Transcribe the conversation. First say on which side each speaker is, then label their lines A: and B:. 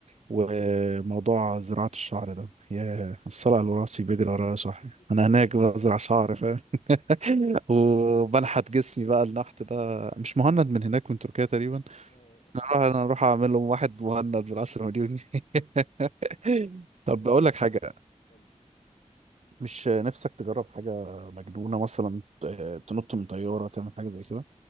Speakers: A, on the right; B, on the left.
A: وموضوع زراعة الشعر ده يا الصلع
B: <laughs>
A: اللي راسي بيجري ورايا صح انا هناك بزرع شعر فاهم <laughs> وبنحت جسمي بقى النحت ده مش مهند من هناك من تركيا تقريبا
B: اه
A: انا اروح انا اروح اعمل لهم واحد مهند بالعشرة مليون جنيه <laughs> طب
B: آه،
A: بقول لك حاجة
B: قول لي
A: مش نفسك تجرب حاجة مجنونة مثلا ت- تنط من طيارة تعمل حاجة زي كده